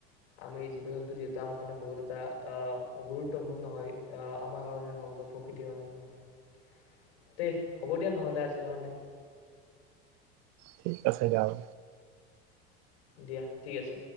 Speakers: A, on the left (about 80°); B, on the right (about 60°).
A: আমি জীৱ-জন্তু যিহেতু আমাৰ কাৰণে বহুত এটা অ গুৰুত্বপূৰ্ণ হয়, অহ, আমাৰ কাৰণে হওঁক বা প্ৰকৃতিৰ কাৰণেই হওক। তে হ'ব দিয়া নহ'লে আজিৰ কাৰণে।
B: ঠিক আছে যাওঁ।
A: দিয়া, ঠিক আছে।